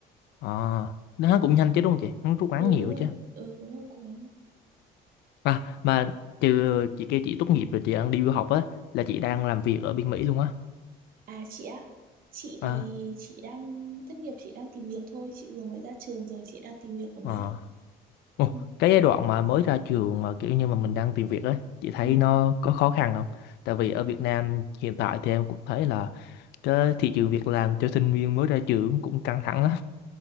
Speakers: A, on the left; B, on the right.
A: À, nó cũng nhanh chứ đúng không chị? Hắn rút ngắn
B: ừ
A: nhiều
B: đúng rồi
A: chứ.
B: ừ đúng rồi cố gắng
A: À, mà trừ chị kêu chị tốt nghiệp rồi chị đang đi du học á, là chị đang làm việc ở bên Mỹ luôn á.
B: à chị á chị thì
A: À,
B: chị đang thất nghiệp chị đang tìm việc thôi chị vừa mới ra trường rồi chị đang tìm việc ở Mỹ
A: à. Ồ,
B: ừ.
A: cái giai đoạn mà mới ra trường mà kiểu như mà mình đang tìm việc á, chị thấy
B: Ừ.
A: nó có khó khăn không? Tại vì ở Việt Nam hiện tại thì em cũng thấy là cái thị trường việc làm cho sinh viên mới ra trường cũng căng thẳng lắm.